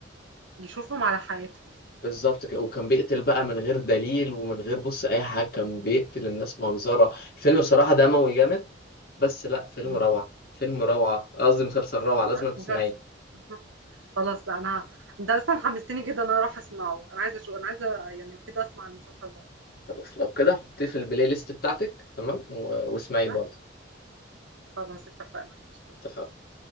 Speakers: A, on the right; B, on the left.
A: يشوفهم على حقيقتهم.
B: بالظبط كده وكان بيقتل بقى من غير دليل ومن غير بص اي حاجه كان بيقتل الناس مجزره الفيلم بصراحه دموي جامد بس لا فيلم
A: إمم،
B: روعه فيلم روعه قصدي مسلسل روعه لازم
A: مسل
B: تسمعيه
A: مسلسل بالضبط، خلاص لأ أنا أنت أصلًا حمستني جدًا إن أنا أروح أسمعه، أنا عايزة أشو أنا عايزة يعني أبتدي أسمع المسلسل ده.
B: خلاص لو كده حطيه في البلاي ليست بتاعتك تمام و- واسمعيه
A: أيوه،
B: برضه
A: خلاص اتفقنا، قشطة.
B: اتفقنا